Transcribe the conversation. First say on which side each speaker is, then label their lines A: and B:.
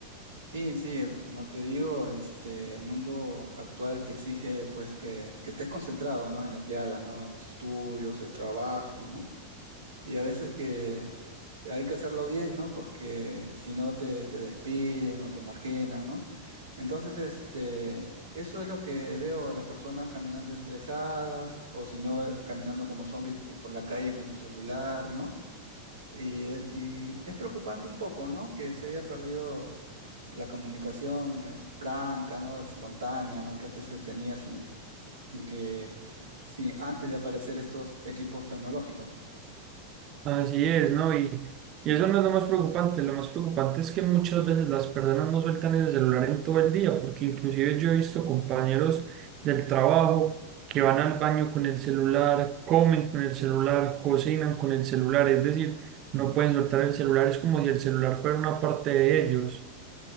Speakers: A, on the right (about 70°); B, on the right (about 35°).
A: Sí, sí, como te digo, este, el mundo actual te exige pues que, que estés concentrado, ¿no? En lo que hagas, ¿no? En los estudios, el trabajo, ¿no? Y a veces que hay que hacerlo bien, ¿no? Porque si no te, te despiden o te marginan, ¿no? Entonces, este, eso es lo que veo, las personas caminando estresadas o si no, caminando como zombies po- por la calle con su celular, ¿no? Y, es- y es preocupante un poco, ¿no? Que se haya perdido la comunicación eh, franca, ¿no? Espontánea, ¿no? Que antes se tenía sin, sin que, sin, antes de aparecer estos equipos tecnológicos.
B: Así es, ¿no? Y, y eso no es lo más preocupante. Lo más preocupante es que muchas veces las personas no sueltan el celular en todo el día, porque inclusive yo he visto compañeros del trabajo que van al baño con el celular, comen con el celular, cocinan con el celular, es decir, no pueden soltar el celular, es como si el celular fuera una parte de ellos.